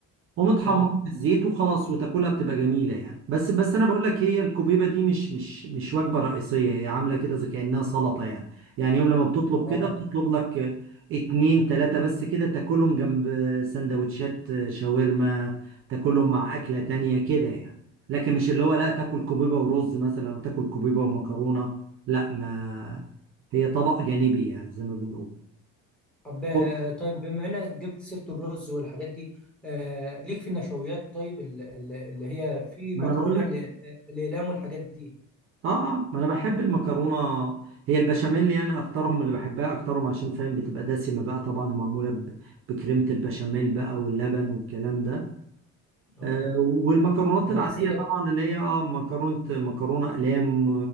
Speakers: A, on the right; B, in the centre.
A: ومتحمر
B: اه
A: في الزيت وخلاص وتاكلها بتبقى جميله يعني بس بس انا بقول لك هي الكوبيبه دي مش مش مش وجبه رئيسيه هي عامله كده زي كانها سلطه يعني يعني يوم لما بتطلب
B: اه
A: كده بتطلب لك اتنين تلاته بس كده تاكلهم جنب سندوتشات شاورما تاكلهم مع اكله تانية كده يعني لكن مش اللي هو لا تاكل كوبيبه ورز مثلا او تاكل كوبيبه ومكرونه لا ما هي طبق جانبي يعني زي ما بنقول
B: طب آه،
A: أوه.
B: طيب بما انك جبت سيره الرز والحاجات دي آه ليك في النشويات طيب ال- ال- اللي هي في
A: ما
B: مكرونه
A: انا بقول لك
B: ال- الاقلام والحاجات دي
A: اه آه، ما انا بحب المكرونه هي البشاميل يعني اكترهم اللي بحبها اكترهم عشان فاهم بتبقى دسمه بقى طبعا ومعموله ب- بكريمه البشاميل بقى واللبن والكلام ده
B: اه
A: آه والمكرونات
B: مغذيه
A: العاديه طبعا
B: بقى
A: اللي هي اه مكرونه مكرونه اقلام